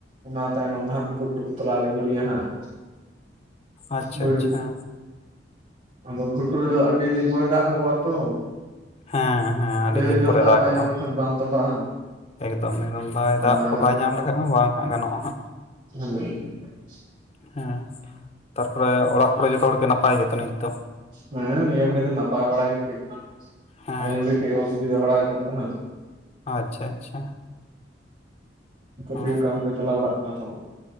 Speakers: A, on the right; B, on the left.
A: ᱚᱱᱟ ᱛᱟᱭᱱᱚᱢ ᱫᱚ ᱦᱟᱸᱜ ᱜᱷᱩᱴᱩ ᱠᱚ ᱛᱚᱞᱟ ᱞᱮ ᱜᱤᱰᱤᱭᱟ ᱦᱟᱸᱜ
B: ᱟᱪᱪᱷᱟ
A: ᱵᱟᱹᱭᱦᱟᱹᱲ
B: ᱟᱪᱪᱷᱟ
A: ᱟᱫᱚ ᱜᱷᱩᱴᱩ ᱨᱮᱫᱚ ᱟᱹᱰᱤ ᱫᱤᱱ ᱯᱚᱨᱮ ᱫᱟᱜ ᱜᱚ ᱟᱛᱚ
B: ᱦᱮᱸ ᱦᱮᱸ ᱟᱹᱰᱤ
A: ᱰᱷᱮᱨ
B: ᱫᱤᱱ
A: ᱧᱚᱜ
B: ᱯᱚᱨᱮ
A: ᱫᱟᱜ
B: ᱫᱟᱜᱚᱜᱼᱟ
A: ᱵᱟᱭ ᱧᱟᱢ ᱞᱮᱠᱷᱟᱱ ᱵᱟᱝ ᱛᱚᱸᱵᱟᱜᱼᱟ
B: ᱮᱠᱫᱚᱢ ᱮᱠᱫᱚᱢ ᱵᱟᱭ
A: ᱚᱱᱟ
B: ᱫᱟᱜ ᱠᱚ
A: ᱠᱷᱟᱹᱛᱤᱨ
B: ᱵᱟᱭ ᱧᱟᱢ ᱞᱮᱠᱷᱟᱡ ᱢᱟ ᱵᱟᱝ ᱦᱟᱸᱜ ᱜᱟᱱᱚᱜᱼᱟ ᱦᱟᱸᱜ
A: <unintelligible>
B: ᱦᱮᱸ ᱛᱟᱨᱯᱚᱨᱮ ᱚᱲᱟᱜ ᱠᱚᱨᱮ ᱡᱚᱛᱚ ᱦᱚᱲ ᱜᱮ ᱱᱟᱯᱟᱭ ᱜᱮᱛᱚ ᱱᱤᱛ ᱫᱚ
A: ᱦᱮᱸ ᱱᱤᱭᱟᱹ ᱜᱷᱟᱹᱲᱤᱡ ᱫᱚ ᱱᱟᱯᱟᱭ ᱵᱟᱲᱟ ᱜᱮ ᱠᱟᱹᱡ
B: ᱦᱮᱸ
A: ᱟᱭᱩ ᱜᱮ ᱠᱟᱹᱡ ᱚᱥᱩᱵᱤᱫᱷᱟ ᱵᱟᱲᱟ ᱧᱚᱜ ᱠᱟᱱᱟ
B: ᱟᱪᱪᱷᱟ ᱟᱪᱪᱷᱟ ᱦᱮᱸ
A: ᱛᱮᱜ ᱠᱟᱹᱢᱤ ᱠᱚ ᱪᱟᱞᱟᱣ ᱵᱟᱲᱟᱜ ᱱᱟ ᱛᱚ